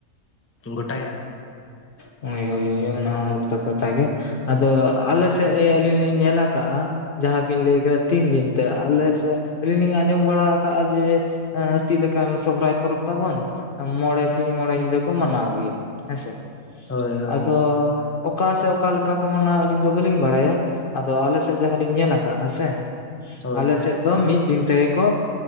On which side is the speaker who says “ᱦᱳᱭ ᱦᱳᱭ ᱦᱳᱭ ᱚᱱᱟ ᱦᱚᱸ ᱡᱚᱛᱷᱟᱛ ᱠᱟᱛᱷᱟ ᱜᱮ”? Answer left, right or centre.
Left